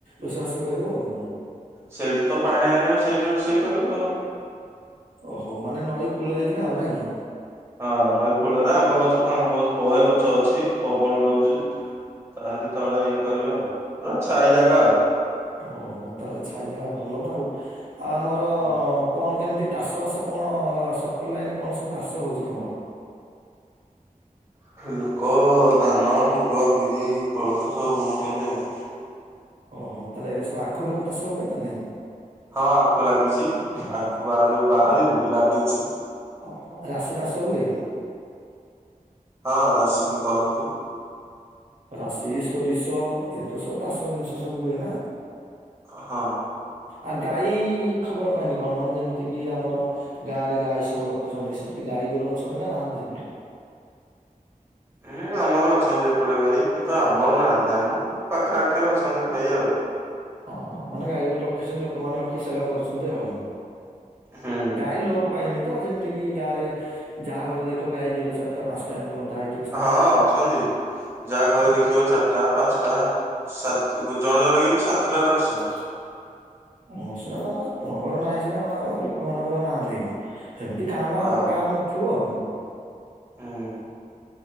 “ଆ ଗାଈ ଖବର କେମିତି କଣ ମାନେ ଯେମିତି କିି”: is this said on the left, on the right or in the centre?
Right